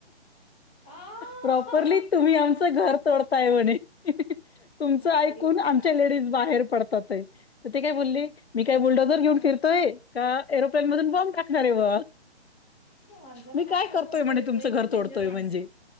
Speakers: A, in the centre; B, on the left (about 65°).
A: आह!
B: प्रॉपरली तुम्ही आमचं घर तोडताय म्हणे तुमचं
A: नाही
B: ऐकून
A: रे बाबा.
B: आमच्या लेडीज बाहेर पडतात आहे तर ते काय बोलले मी काय बोललो घर घेऊन
A: हं.
B: फिरतोय का एरोप्लेन मधून बॉम्ब टाकणार आहे बुआ
A: त्या माणसाला
B: मी काय
A: फरक
B: करतोय
A: पडतोय?
B: म्हणे तुमचं
A: तो एकदम
B: घर
A: डेंजर
B: तोडतोय
A: माणूस
B: म्हणजे
A: आहे.